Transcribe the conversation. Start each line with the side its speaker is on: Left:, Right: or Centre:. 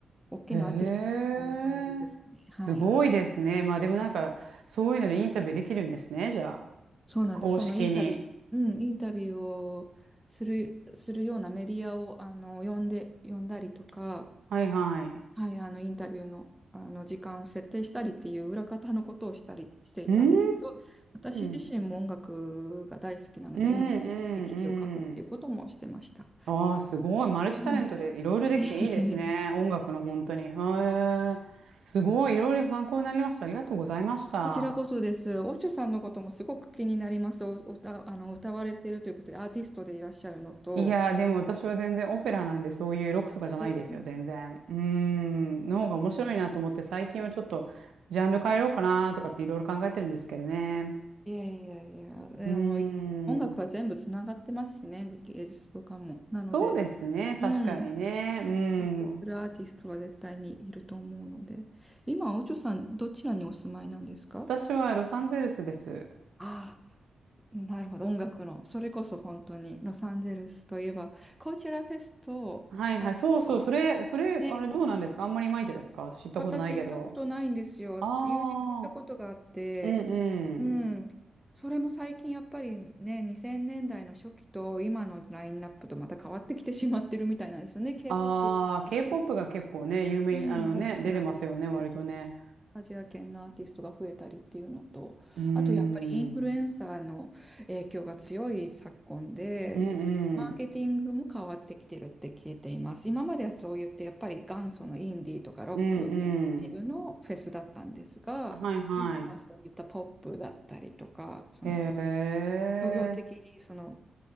Centre: 大きなアーティスト、
Right: へえ、
Centre: こんな感じですね。
Right: すごいですね。
Centre: はい。
Right: まあでもなんか、そういうのでインタビューできるんですね。じゃあ、
Centre: そうなんです。
Right: 公式に。
Centre: そのインタビュー、うん、インタビューをする、するようなメディアを、あの、呼んで、呼んだりとか、
Right: はいはい。
Centre: はい、あの、インタビューの、あの、時間を設定したりっていう裏方のことをしたりしていたんですけど、
Right: うー
Centre: 私自身も音楽が大好きなので、
Right: ん。うんうんうん。
Centre: インタビューで記事を書くっていうこともしてました。
Right: ああ、すごい。マルチタレントでいろいろできていいですね。
Centre: うん。<laughs> いえいえいえ
Right: 音楽の本当に。へえ。すごい。いろいろ参考になりました。ありがとうございました。
Centre: こちらこそです。オチュさんのこともすごく気になります。お、お歌、あの、歌われているということで、アーティストでいらっしゃるのと、
Right: いやー、でも私は全然オペラなんでそういうロックとかじゃないですよ、
Centre: 素敵。
Right: 全然。うーん、の方が面白いなと思って最近はちょっとジャンル変えようかなとかっていろいろ考えてるんですけどね。
Centre: いやいやいや、えあの、
Right: うーん、
Centre: い音楽は全部つながってますしね、芸術とかも。なので、
Right: そうですね、
Centre: うん。
Right: 確かにね。うー
Centre: そうするアーティストは絶対にいると思うので。
Right: ん、
Centre: 今、おちょさん、どちらにお住まいなんですか
Right: 私はロサンゼルスです。
Centre: ああ、なるほど、音楽の。それこそ本当に、ロサンゼルスといえば、コーチェラフェスと、
Right: はいはい。
Centre: あと、
Right: そうそう。それ、それ、
Centre: ね、
Right: あれどうなんですかあんまりいまいちですか私行ったことないけど。
Centre: 私行ったことないんですよ。
Right: あ
Centre: 友人と行ったことがあって、
Right: あ、うん
Centre: ううん。
Right: うん。
Centre: ん。それも最近やっぱりね、2000年代の初期と今のラインナップとまた変わってきてしまってるみたいなんですよね。K-POP
Right: ああ、K-POP
Centre: アーティスト
Right: が結構ね、有名に、
Centre: うん、
Right: あのね、
Centre: 大きくなってるので。
Right: 出てますよね、割とね。
Centre: アジア圏のアーティストが増えたりっていうのと、
Right: うーん。
Centre: あとやっぱりインフルエンサーの影響が強い昨今で、
Right: うんうん。
Centre: マーケティングも変わってきてるって聞いています。今まではそう言ってやっぱり元祖のインディーとかロック、
Right: うんうん。
Centre: オルタナティブのフェスだったんですが、
Right: はいは
Centre: 今はそういったポップだったりとか、その
Right: い。へえ。
Centre: 商業的にその